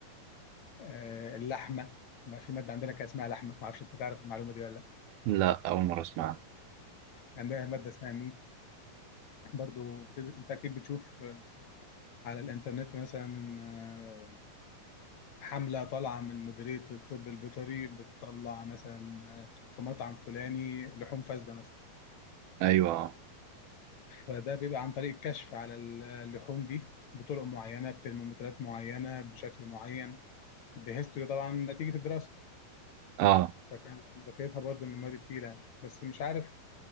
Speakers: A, on the left; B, on the right.
A: آه، اللحمة ما في مادة عندنا كان اسمها لحمة ما أعرفش أنت تعرف المعلومة دي ولا لأ
B: لا أول مرة أسمعها
A: عندها مادة اسمها ميت برضو بت... انت اكيد بتشوف آه، على الانترنت مثلا آه، حملة طالعة من مديرية الطب البيطري بتطلع مثلا آه، في مطعم فلاني لحوم فاسدة مثلا
B: أيوة
A: فده بيبقى عن طريق الكشف على ال- اللحوم دي بطرق معينة بترمومترات معينة بشكل معين بهيستوري طبعا نتيجة الدراسة
B: آه
A: فكانت مذاكرتها برضو من المواد التقيلة يعني. بس مش عارف